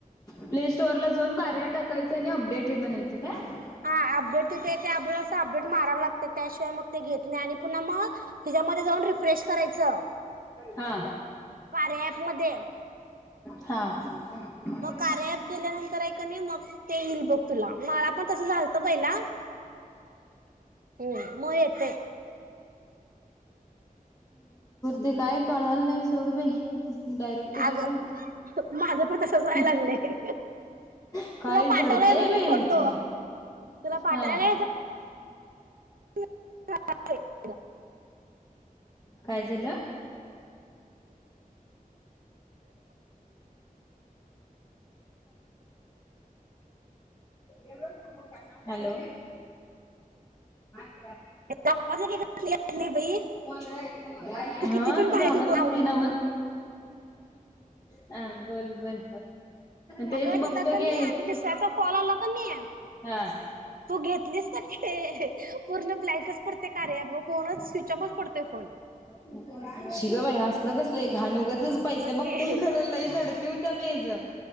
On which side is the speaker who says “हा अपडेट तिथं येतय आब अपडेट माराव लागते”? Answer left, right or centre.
Right